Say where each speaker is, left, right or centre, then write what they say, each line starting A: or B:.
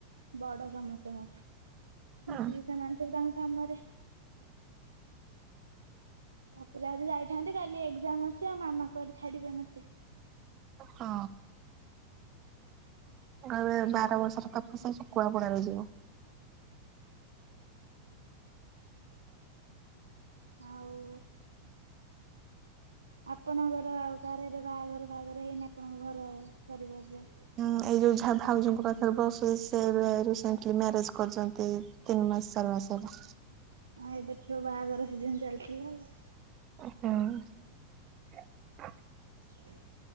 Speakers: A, on the right; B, on the right.
A: ବଡ ସମସ୍ତେ ମୋଠୁ। ମିଶିବି
B: ଆ
A: ସେମାନେ ସବୁ ତାଙ୍କ କାମରେ। ତାପରେ ଆଜି ଯାଇଥାନ୍ତି କାଲି ଏକ୍ଜାମ୍ ଅଛି ଆଉ ମାମା କୁଆଡେ ଛାଡିବେ ମୋତେ।
B: ହଁ। କହିବେ ବାର ବର୍ଷର ତପସ୍ୟା ଶୁକୁଆ ପୁଡାରେ ଯିବ।
A: ଆଉ ଆପଣଙ୍କର ଆଉ କାହାର ଏବେ ବାହାଘର ଫାହାଘର ହେଇନି ଆପଣଙ୍କ ଘରେ ପରିବାରରେ?
B: ହୁଁ ଏଇ ଯୋଉ ଯାହା ଭାଉଜଙ୍କ ପାଖରେ ବସି। ସେ ଏବେ ରିସେଣ୍ଟଲି ମ୍ୟାରେଜ୍ କରିଚନ୍ତି ଏଇ ତିନି ମାସ ଚାରି ମାସ। ଆସ।
A: ହଁ ଏବେ ତ ବାହାଘର ସିଜନ ଚାଲିଥିଲା ଆଉ।
B: ହଁ
A: ହୁଁ